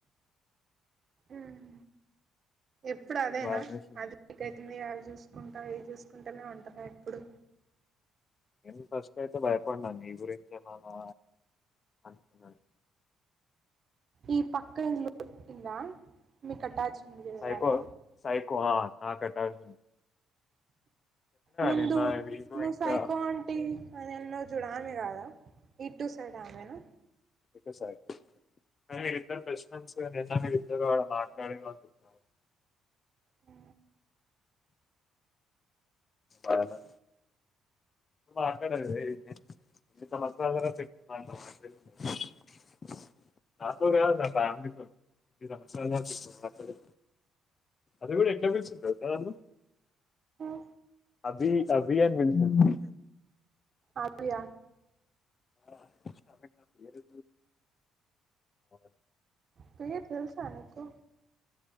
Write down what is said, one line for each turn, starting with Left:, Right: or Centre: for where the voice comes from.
Right: ఉమ్ ఎప్పుడు
Left: చెప్పాను
Right: అదేనా
Left: భయం వేసింది
Right: అది లీక్ అవుతుంది కాల్ చూసుకుంటా ఏచూసుకుంటేనే ఉంటార ఎప్పుడు
Left: ఏం ఫస్ట్ అయితే భయపడిడాను నీ గురించేమనా అనుకున్నాను
Right: ఈ పక్కఇల్లు ఇలా మీక్ అటాచ్ ఉంది చూడు
Left: సైకో
Right: వాళ్ళ
Left: సైకో ఆ నాటకాలు
Right: ముందు
Left: నిన్న వీళ్ళు
Right: ను
Left: ఇంకా
Right: సైకో అంటి ఆ నిన్ను చూడాలని కాదా ఇటు సైడ్ ఆమెనా
Left: కసై <unintelligible> అయినా మీరు ఇద్దరు బెస్ట్ ఫ్రెండ్స్ కదా విన్నా నేను జుగ వాడు మాట్లాడిన <unintelligible>
Right: ఉ
Left: అయినా మాటాడండి ఇన్ని సంవత్సరాలు తర్వాత ఇప్పుడు <inaudible> నాతో కాదు నా ఫ్యామిలీతోని సంవత్సరాలు మాట్లాడ అది కూడా ఎట్లా పిలిచిద్ది తెలుసా నన్ను
Right: ఆ
Left: అభి అభి అని పిలిచింది
Right: అవ్యా
Left: ఆ అ పేరు అ ఆ
Right: ప్రియ తెల్సా నీకు